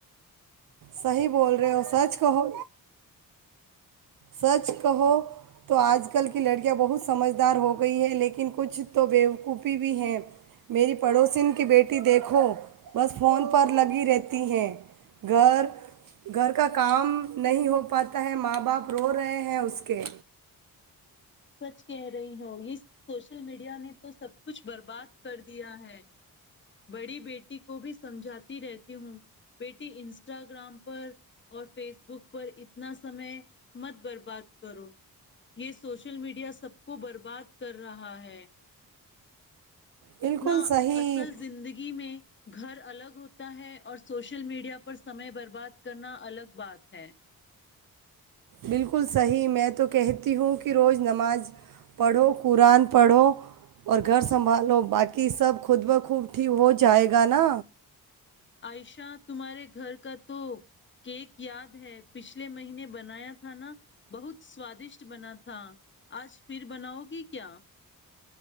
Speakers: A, on the right; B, on the left.
A: صحیح بول رہے ہو سچ کہو سچ کہو تو آج کل کی لڑکیاں بہت سمجھدار ہو گئی ہیں لیکن کچھ تو بوقوفی بھی ہیں میری پڑوسین کی بیٹی دیکھو بس فون پر لگی رہتی ہیں گھر گھر کا کام نہیں ہو پاتا ہے ماں باپ رو رہے ہیں اس کے
B: سچ کہہ رہی ہو یہ سوشل میڈیا نے تو سب کچھ برباد کر دیا ہے بڑی بیٹی کو بھی سمجھاتی رہتی ہوں بیٹی انسٹاگرام پر اور فیس بک پر اتنا سمے مت برباد کرو یہ سوشل سو شل میڈیا سب کو برباد کر رہا ہے
A: بالکل
B: اتنا
A: صحیح
B: اصل زندگی میں گھر الگ ہوتا ہے اور سوشل میڈیا پر سمے برباد کرنا الگ بات ہے
A: بالکل صحیح میں تو کہتی ہوں کہ روز نماز پڑھو قرآن پڑھو اور گھر سنبھالو باقی سب خود بخوب ٹیک ہو جائے گا نا
B: عائشہ تمہارے گھر کا تو کیک یاد ہے پچھلے مہینے بنایا تھا نا بہت سوادشٹ بنا تھا آج پھر بناؤ گی کیا